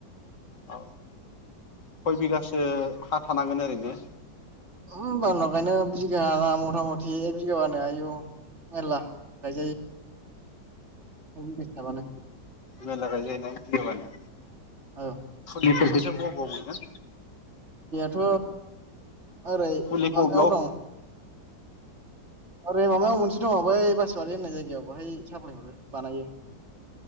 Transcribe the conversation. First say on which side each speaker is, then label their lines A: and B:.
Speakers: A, on the left; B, on the right.
A: औ खय बिगासो हा थानांगोन ओरैनो?
B: ओम बारा गायनाङा बिगाबा मथा मथि एक बिगाबानो आयु मेर्ला गायजायो। <unintelligible> गायबानो।
A: मेर्ला गायजायो ने एक बिगाबानो?
B: औ।
A: <unintelligible> खोसो बबाव मोनगोन?
B: थ' ओरै
A: फुलिखौ
B: माबायाव
A: बबेयाव
B: दं ओरै माबायाव मोनसे दङ बै बासवारि होननाय जायगायाव बहाय साप्लाय हरो बानायो।